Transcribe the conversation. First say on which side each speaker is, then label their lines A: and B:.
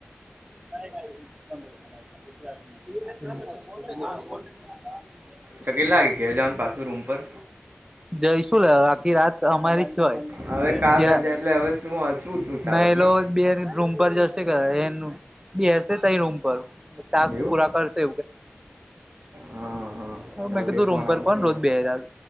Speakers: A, on the right; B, on the right.
A: કઈ ક પંદર દરા- -
B: ત કેટલા વાગે ઘેર જવાનુ પાછુ રૂમ પર
A: જઈ શું લ આખી રાત અમારી જ હોય.
B: હવે કાલ
A: જ્યા
B: રજા એટલે હવે શું વાંચું તું ટાવરની
A: નાએલો બે રૂમ પર જશે એનું. બે હસે તય રૂમ પર તસ્ક
B: એવું
A: પૂરા કરશે
B: હા હા.
A: હ
B: નવડે
A: મેં કીધું
B: ફોન
A: રૂમ પર
B: આવશે
A: કોણ રોજ બે આજ